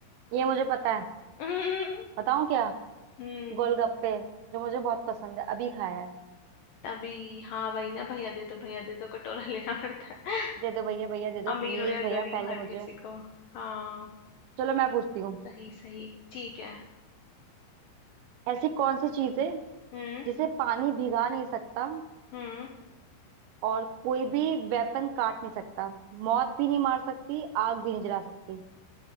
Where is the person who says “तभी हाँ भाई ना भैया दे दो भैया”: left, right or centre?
Left